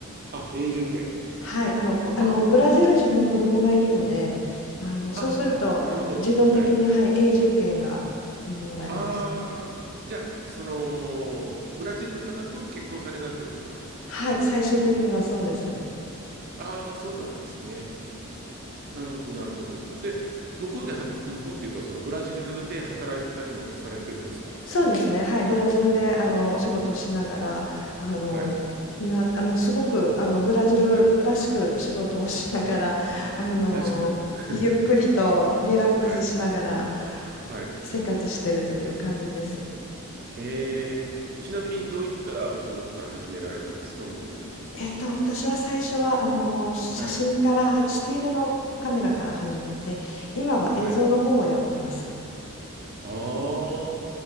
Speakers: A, on the right; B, on the left.
A: あ、永住権。
B: はい、あの、こあのブラジル人の子供がいるので、
A: あ
B: あの、そうすると自動的に、
A: あ、あ、なるほど。はい。
B: はい、永住権がもらえます。
A: ああ、じゃあ、その、ブラジルの方と結婚されたっていうことなんですか。
B: はい、最終的にはそうです。
A: ああ、そうなんですね。なるほど、なるほど。で、向こうでは、向こうっていうか、そのブラジルで働いたりもされてるんですか。
B: そうですね、はい、ブラジルであのお仕事をしながら、あの、
A: はい、
B: な、あのすごくあのブラジルらしく仕事をしながら、
A: はい。
B: あの、
A: らしく。
B: ゆっくりとリラックスしながら
A: <laughs> はい、はい。
B: 生活してるという感じです。
A: えー、ちなみにどういったお仕事から始められたんですか、向こうに行かれて。
B: えっと、私は最初は、あの、写真からは、
A: はい、
B: スティールのカメラから始めて、今は映像の方をやってます。
A: はい。ああ、も